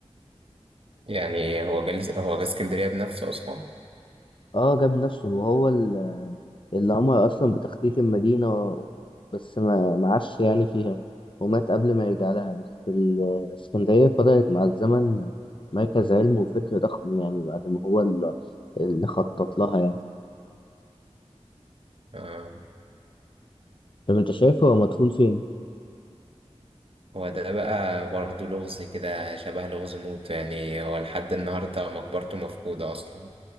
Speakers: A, on the right; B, on the left.
A: يعني هو جالس هو جه اسكندرية بنفسه أصلا
B: اه جاب نفسه وهو اللي قامها أصلا بتخطيط المدينة بس ما معاش يعني فيها ومات قبل ما يرجع لها بس الإسكندرية فضلت مع الزمن مركز علم وفكر ضخم يعني بعد ما هو ال- اللي خطط لها يعني
A: آه.
B: طب أنت شايف هو مدفون فين؟
A: هو ده بقى برضه لغز كده شبه لغز موت يعني هو لحد النهاردة مقبرته مفقودة أصلا